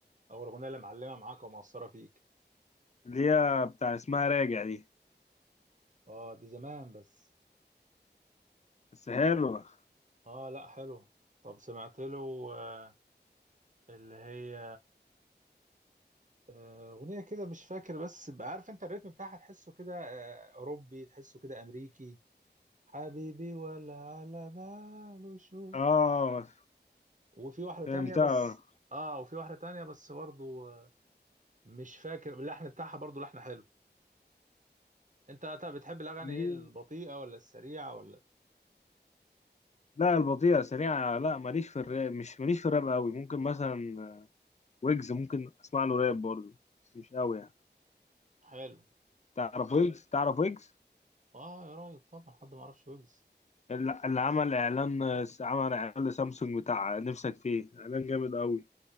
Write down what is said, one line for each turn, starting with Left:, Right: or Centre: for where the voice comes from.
Right: او الاغنيه اللي معلمه معاك ومأثره فيك
Left: اللي هي بتاع اسمها راجع دي
Right: اه دي زمان بس
Left: بس حلوه
Right: اه لا حلو طب سمعت له آه، اللي هي آه، أغنية كده مش فاكر بس بقى عارف أنت الريتم بتاعها تحسه كده آه، أوروبي تحسه كده أمريكي حبيبي ولا على باله شو
Left: اه
Right: وفي واحدة
Left: فهمتها
Right: تانية بس آه وفي واحدة تانية بس برضو آه، مش فاكر اللحن بتاعها برضو لحن حلو أنت طب بتحب الأغاني
Left: مين؟
Right: إيه البطيئة ولا السريعة ولا
Left: لا البطيئه سريعه لا ماليش في الراب مش ماليش في الراب قوي ممكن مثلا آه، ويجز ممكن اسمع له راب برضه بس مش قوي يعني
Right: حلو
Left: تعرف ويجز تعرف ويجز
Right: آه يا راجل طبعا حد ما يعرفش ويجز
Left: اللي اللي عمل اعلان آه، عمل اعلان لسامسونج بتاع نفسك فيه اعلان جامد قوي